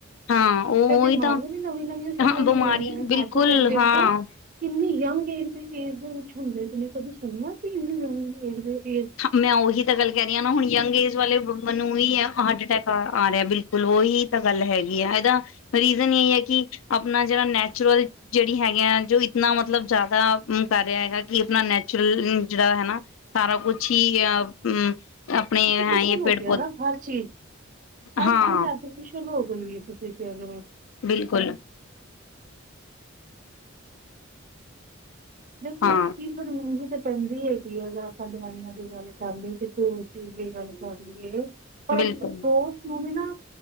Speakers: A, on the left; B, on the right.
A: ਹਾਂ ਉਹ ਉਹੀ
B: ਬਿਮਾਰੀਆਂ
A: ਤਾਂ
B: ਵੀ ਨਵੀਂ ਨਵੀਆਂ ਸੁਣਨ
A: ਹਾਂ ਬਿਮਾਰੀ
B: ਨੂੰ ਮਿਲਦੀਆਂ ਨੇ ਹਾਰਟ
A: ਬਿਲਕੁਲ
B: ਅਟੈਕ ਦੇਖੋ
A: ਹਾਂ
B: ਕਿੰਨੀ ਯੰਗ ਏਜ ਦੀ ਕੁਛ ਹੁੰਦੇ ਵੀ ਨੇ ਕਦੇ ਸੁਣਨਾ ਸੀ ਇੇਦੇ
A: ਹ ਮੈਂ ਉਹੀ ਤਾਂ ਗੱਲ ਕਹਿ ਰਹੀ ਹਾਂ ਨਾ ਹੁਣ ਯੰਗ ਏਜ ਵਾਲੇ ਮੈਨੂੰ ਉਹੀ ਆ ਹਾਰਟ ਅਟੈਕ ਆ ਰਿਹਾ ਬਿਲਕੁਲ ਉਹੀ ਤਾਂ ਗੱਲ ਹੈਗੀ ਆ ਇਹਦਾ ਰੀਜ਼ਨ ਇਹਹੀ ਹੈ ਕਿ ਆਪਣਾ ਜਿਹੜਾ ਨੈਚੁਰਲ ਜਿਹੜੀ ਹੈਗੀ ਆ ਜੋ ਇਤਨਾ ਮਤਲਬ ਜ਼ਿਆਦਾ ਕਰ ਰਿਹਾ ਹੈਗਾ ਕਿ ਆਪਣਾ ਨੈਚੁਰਲ ਜਿਹੜਾ ਹੈ ਨਾ ਸਾਰਾ ਕੁਛ <inaudible>
B: ਆਰਟੀਫਿਸ਼ਲ
A: ਹੈ ਇਹ
B: ਹੋ
A: ਪੇੜ
B: ਗਿਆ
A: ਪੌਦੇ
B: ਨਾ ਹਰ ਚੀਜ਼ ਹਰ
A: ਹਾਂ
B: ਚੀਜ਼ ਆਰਟੀਫਿਸ਼ਲ ਹੋ ਗਈਏ ਤੁਸੀਂ ਫੇਰ <unintelligible> <unintelligible>
A: ਬਿਲਕੁਲ
B: ਦੇਖੋ
A: ਹਾਂ
B: ਕੀ <unintelligible> ਚਾਹੀਦੀ ਹੈਗੀ ਆ ਜਾਂ ਆਪਾਂ ਦਵਾਈਆਂ ਦੀ ਗੱਲ ਕਰਦੇ <unintelligible> ਜਾਂ ਗੱਲ ਕਰ ਲਈਏ ਪਰ
A: ਬਿਲਕੁਲ
B: <unintelligible> ਨੂੰ ਵੀ ਨਾ